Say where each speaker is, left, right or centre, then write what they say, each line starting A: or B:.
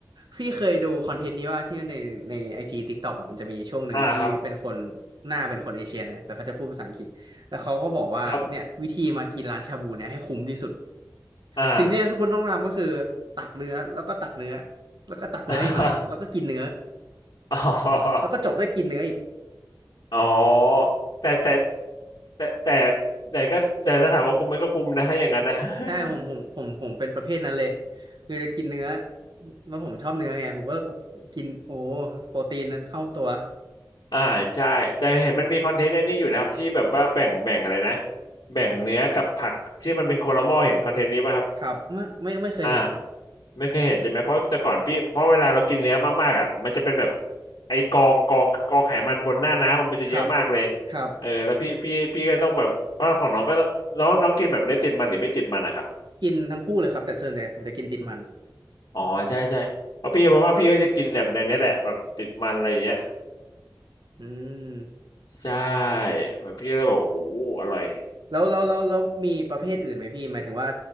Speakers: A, on the right; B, on the left.
A: พี่เคยดูคอนเทนต์นี้ว่าที่ในในไอจีทิกตอกอะมันจะมีช่วงหนึ่งที่เป็นคน
B: อ่าครับ
A: หน้าเป็นคนเอเชียนะแต่เขาจะพูดภาษาอังกฤษแล้วเขาก็บอกว่าเนี่ยวิธีมากินร้านชาบูเนี่ยให้คุ้มที่สุด
B: ครับอ่า
A: สิ่งที่ทุกคนต้องทำก็คือตักเนื้อแล้วก็ตักเนื้อแล้วก็ตักเนื้ออีกหน่อยแล้วก็กินเนื้อ
B: <laughs> อ๋อ
A: แล้วก็จบด้วยกินเนื้ออีก
B: อ๋อแต่แต่แต่แต่แต่ก็แต่ถ้าถามว่าคุ้มไหมก็คุ้มนะถ้าอย่างนั้นนะ <laughs>
A: ใช่ผมผมผมผมเป็นประเภทนั้นเลยคือจะกินเนื้อแล้วผมชอบเนื้อไงผมก็แบบกินโอ้โปรตีนนั้นเข้าตัว
B: อ่าใช่แต่เห็นมันมีคอนเทนต์ไอ้นี่อยู่นะครับที่แบบว่าแบ่งแบ่งอะไรนะแบ่งเนื้อกับผักที่มันเป็นโคลาหม้อเห็นคอนเทนต์นี้ป่ะครับ
A: ครับไม่ไม่ไม่เคยเห็นครับ
B: อ่าไม่เคยเห็นใช่ไหมเพราะแต่ก่อนพี่เพราะเวลาเรากินเนื้อมากๆอ่ะมันจะเป็นแบบไอ้กองกองกองไขมันบนหน้าน้ำอะมันจะเยอะมากเลย
A: ครับครับ
B: เออแล้วพี่พี่พี่ก็ต้องแบบเพราะของน้องก็ต้องน้องน้องกินแบบเนื้อติดมันหรือไม่ติดมันนะครับ
A: กินทั้งคู่เลยครับแต่ส่วนใหญ่ผมจะกินติดมัน
B: อ๋อใช่ใช่เพราะพี่บอกว่าพี่ก็จะกินแบบในนี้แหละแบบติดมันอะไรอย่างเงี้ย
A: อืม
B: ใช่แบบพี่ก็เลยบอกโอ้โหอร่อย
A: แล้วแล้วแล้วแล้วมีประเภทอื่นไหมพี่หมายถึงว่า